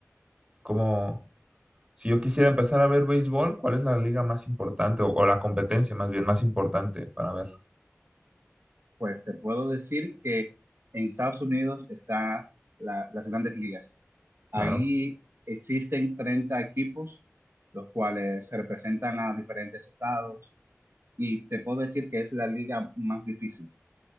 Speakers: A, on the right; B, on the right.
A: como si yo quisiera empezar a ver béisbol, ¿cuál es la liga más importante o, o la competencia más bien más importante para ver?
B: Pues te puedo decir que en Estados Unidos está la- las grandes ligas.
A: Claro.
B: Ahí existen 30 equipos, los cuales representan a diferentes estados, y te puedo decir que es la liga más difícil.